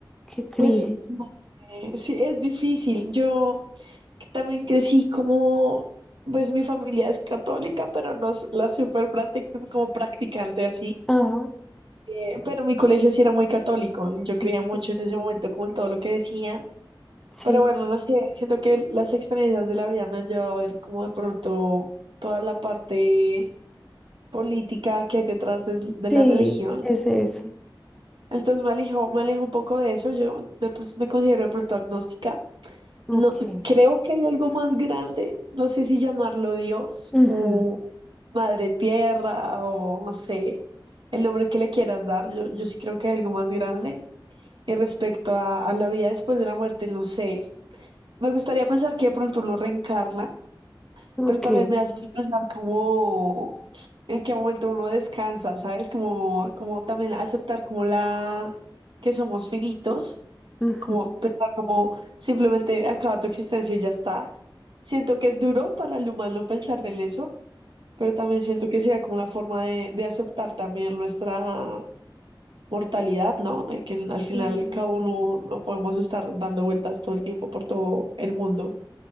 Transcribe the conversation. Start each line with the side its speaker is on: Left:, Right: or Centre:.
Centre: ¿Qué crisis?
Right: Pues no, eh, sí, es difícil. Yo que también crecí como, pues mi familia es católica, pero no es la super práctica, como practicante así.
Centre: Ajá.
Right: Eh, pero mi colegio sí era muy católico y yo creía
Centre: ok,
Right: mucho en ese momento como en todo lo que decían.
Centre: Sí,
Right: Pero bueno, no sé, siento que las experiencias de la vida me han llevado a ver como de pronto toda la parte política que hay detrás de, de
Centre: sí,
Right: la religión.
Centre: es eso.
Right: Entonces me alejo, me alejo un poco de eso. Yo me, pues, me considero de pronto agnóstica
Centre: Ok.
Right: No, creo que hay algo más grande, no sé si llamarlo Dios
Centre: ujú,
Right: o Madre Tierra o no sé, el nombre que le quieras dar, yo, yo sí creo que hay algo más grande. Y respecto a, a la vida después de la muerte, no sé, me gustaría pensar que de pronto uno reencarna,
Centre: Ok.
Right: pero también me hace pensar como en qué momento uno descansa, ¿sabes? Como, como también aceptar como la que somos finitos
Centre: ujú,
Right: como pensar como simplemente acaba tu existencia y ya está. Siento que es duro para el humano pensar en eso, pero también siento que sería como una forma de, de aceptar también nuestra mortalidad, ¿no? Eh, Que al final
Centre: sí.
Right: y al cabo no, no podemos estar dando vueltas todo el tiempo por todo el mundo.